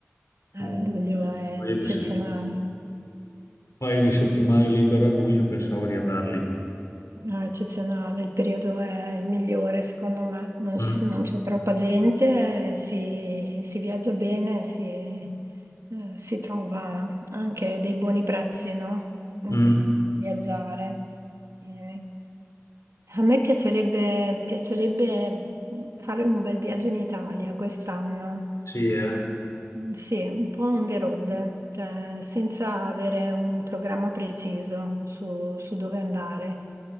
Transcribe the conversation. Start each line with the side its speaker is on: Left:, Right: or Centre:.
Right: Ah,
Left: un
Right: luglio è
Left: paio di
Right: eccezionale.
Left: settimane. paio di settimane libera a luglio, pensavo di andar lì.
Right: No, è eccezionale, il periodo è il migliore secondo me, non,
Left: Mm,
Right: si- non c'è troppa gente, eh, si, si viaggia bene, si, eh, si trova anche dei buoni prezzi, no? Mm,
Left: mm,
Right: viaggiare. Bene. A me piacerebbe, piacerebbe fare un bel viaggio in Italia quest'anno.
Left: Sì, eh.
Right: Sì, un po' on the road, cioè senza avere un programma preciso su, su dove andare.